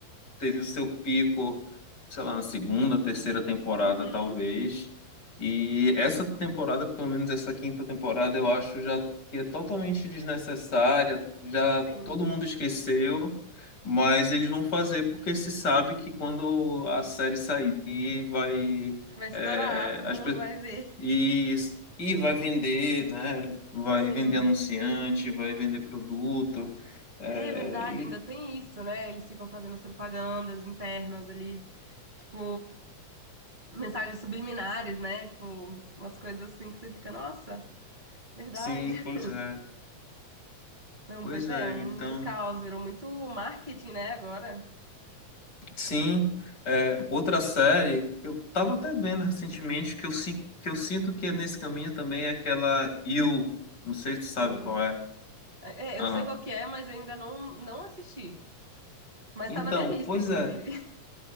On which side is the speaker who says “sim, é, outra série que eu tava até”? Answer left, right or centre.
Left